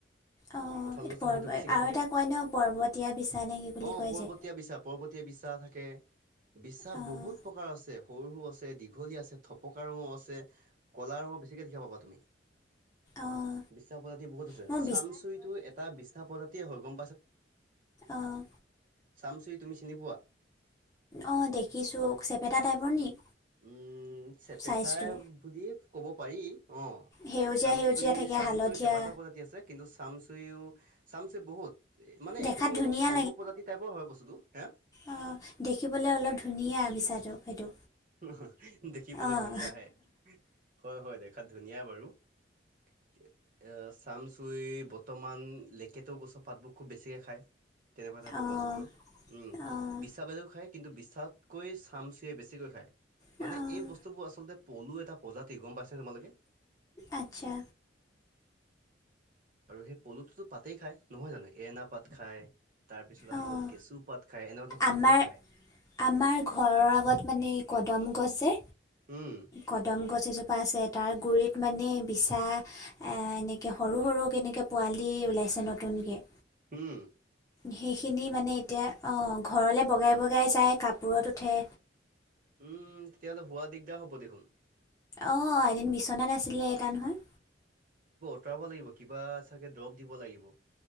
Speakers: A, on the left; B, on the right.
A: অঁ
B: কঁঠাল
A: এইটো
B: গছত
A: পৰ্ব
B: সেইটো বেছিকে
A: আৰু
B: থাকে।
A: এটা
B: অহ
A: কয় ন পৰ্বতীয়া বিচা নে কি বুলি কয়
B: পৰ্বতীয়া
A: যে
B: বিচা পৰ্বতীয়া বিচা থাকে। বিচা
A: অঁ
B: বহুত প্ৰকাৰ আছে সৰু সৰু আ তে দীঘলী আছে, থপকা ৰঙো আছে, ক'লা ৰঙো বেছিকে দেখিব পাবা তুমি
A: অঁ
B: বিচা প্ৰজাতি বহুত আছে
A: মই
B: চামচুৰিটো এটা বিচা প্ৰজাতিয়ে হয়। গম
A: অহ
B: চামচুই তুমি চিনি পোৱা?
A: অ দেখিছো চেপেটা টাইপৰ
B: অ
A: নি?
B: উম চেপেটা
A: চাইজটো
B: বুলিয়ে ক'ব পাৰি। অ
A: সেউজীয়া
B: চামচুই
A: সেউজীয়া থাকে
B: চামচুই
A: হালধীয়া
B: কেইবাটাও প্ৰজাতি আছে কিন্তু চামচুইও চামচুই বহুত মানে
A: দেখাত
B: এইবোৰ
A: ধুনীয়া
B: অলপ পলু পজাতি টাইপৰ হয় বস্তুটো হে
A: অ দেখিবলৈ অলপ ধুনীয়া বিচাটো সেইটো
B: অ হ দেখিবলে
A: অঁ
B: ধুনীয়া হে, হয় হয় দেখাত ধুনীয়া বাৰু। <inaudible> এ চামচুই বৰ্তমান লেকেটু গছৰ পাতবোৰ খুব বেছিকে খায়। তেনেকোৱা টাইপৰ
A: অঁ
B: গছবোৰ উম
A: অঁ
B: বিশা বাদেও খাই। কিন্তু বিছাতকৈ চামচৈয়ে বেছিকৈ খায়।
A: অঁ
B: মানে এই বস্তুবোৰ আচলতে পলু এটা প্ৰজাতি গম পাইছো নে তোমালোকে
A: আতচ্ছা
B: আৰু সেই পলুটোতো পাতেই খাই নহয় জানো এনা পাত খাই তাৰ পিছত আকৌ
A: অঁ
B: কেচু পাত খায় এনেধৰণৰ পাতবোৰ
A: আমাৰ
B: খায়
A: আমাৰ ঘৰৰ আগত মানে কদম গছ যে
B: উম
A: কদম গছ গছ এজোপা আছে তাৰ গুৰিত মানে বিছা এনেকৈ সৰু সৰু কেনেকৈ পোৱালি ওলাইছে নতুনকে।
B: হোম
A: সেইখিনি মানে এতিয়া অ ঘৰলে বগাই বগাই যায় কাপোৰত উঠে।
B: উম তেতিয়া হ'লে শুৱা দিগদাৰ হ'ব দেখোন।
A: অ এদিন বিছনাত আছিলে এটা নহয়।
B: আতৰাব লাগিব কিবা চাগে দৰৱ দিব লাগিব।